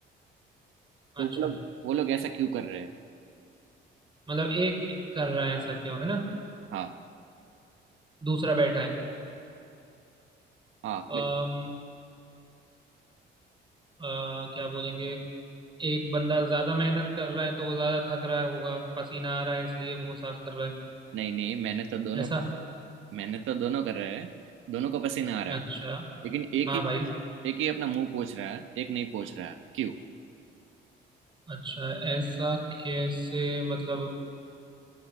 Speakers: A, on the right; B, on the right.
A: तो
B: अच्छा
A: वो लोग वो लोग ऐसा क्यों कर रहे हैं
B: मतलब एक कर रहा है ऐसा क्यों है ना
A: हाँ
B: दूसरा बैठा है
A: हाँ
B: अम,
A: बिल्कुल
B: अ, क्या बोलेंगे एक बंदा ज्यादा मेहनत कर रहा है तो वो ज्यादा थक रहा होगा पसीना आ रहा है इसलिए मुंह साफ कर रहा है
A: नहीं नहीं मैंने तो दोनों
B: ऐसा
A: कर मैंने तो दोनों कर रहे हैं दोनों को पसीना आ रहा
B: अच्छा
A: है लेकिन एक
B: हाँ
A: ही
B: भाई
A: एक ही अपना मुंह पोछ रहा है एक नहीं पोछ रहा है क्यों
B: अच्छा ऐसा कैसे मतलब